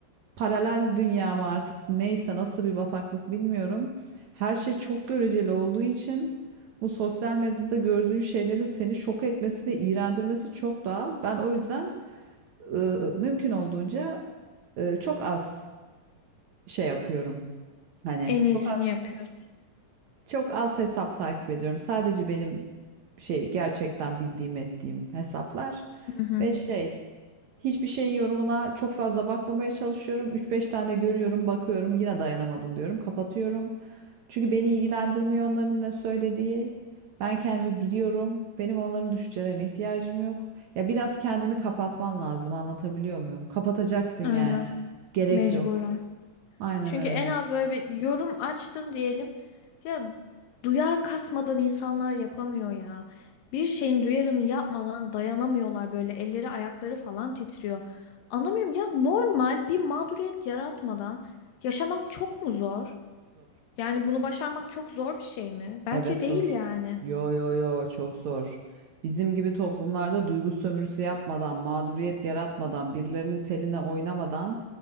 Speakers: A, on the right; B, on the left.
A: paralel dünya mı artık neyse nasıl bir bataklık bilmiyorum. Her şey çok göreceli olduğu için bu sosyal medyada gördüğün şeylerin seni şok etmesi ve iğrendirmesi çok doğal. Ben o yüzden Eee, mümkün olduğunca, eee, çok az şey yapıyorum. Hani
B: En iyisini
A: çok az
B: yapıyorsun.
A: çok az hesap takip ediyorum. Sadece benim şey, gerçekten bildiğim ettiğim hesaplar
B: Hı hı.
A: ve şey, hiçbir şeyin yorumuna çok fazla bakmamaya çalışıyorum. Üç beş tane görüyorum, bakıyorum, yine dayanamadım diyorum, kapatıyorum. Çünkü beni ilgilendirmiyor onların ne söylediği. Ben kendimi biliyorum. Benim onların düşüncelerine ihtiyacım yok. Ya biraz kendini kapatman lazım, anlatabiliyor muyum? Kapatacaksın yani.
B: Aynen.
A: Gerek
B: Mecburen.
A: yok. Aynen
B: Çünkü
A: öyle.
B: en az böyle bir yorum açtın diyelim. Ya duyar kasmadan insanlar yapamıyor ya. Bir şeyin duyarını yapmadan dayanamıyorlar böyle elleri ayakları falan titriyor. Anlamıyorum ya normal bir mağduriyet yaratmadan yaşamak çok mu zor?
A: Zor.
B: Yani bunu başarmak çok zor bir şey mi? Bence
A: Evet zor.
B: değil yani.
A: Yo yo yo çok zor. Bizim gibi toplumlarda duygu sömürüsü yapmadan, mağduriyet yaratmadan, birilerinin teline oynamadan